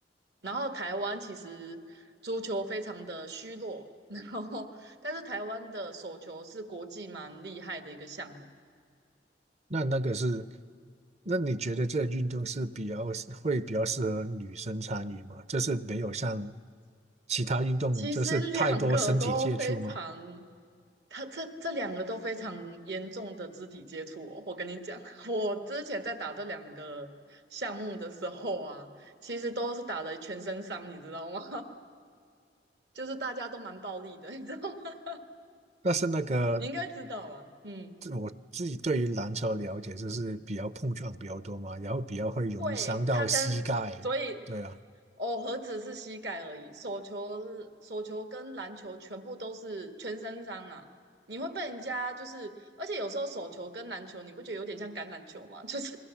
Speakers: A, on the right; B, on the right.
A: 然后台湾其实足球非常的虚弱，然后但是台湾的手球是国际蛮厉害的一个项目。
B: 那那个是，那你觉得这个运动是比较会比较适合女生参与吗？就是没有像其他运动就是太多身体接触吗？
A: 其实两个都非常，他这这两个都非常严重的肢体接触哦我跟你讲，<laughs> 我之前在打这两个项目的时候啊，其实都是打了全身伤，你知道吗？<laughs> 就是大家都蛮暴力的，你知道吗？<laughs>
B: 但是那个
A: 你应该知道啊。嗯，
B: 这我自己对于篮球了解就是比较碰撞比较多嘛，然后比较会容易伤到膝盖。
A: 对，他跟，所以
B: 对啊，
A: 哦，何止是膝盖而已，手球、手球跟篮球全部都是全身伤啊！你会被人家就是，而且有时候手球跟篮球，你不觉得有点像橄榄球吗？<laughs> 就是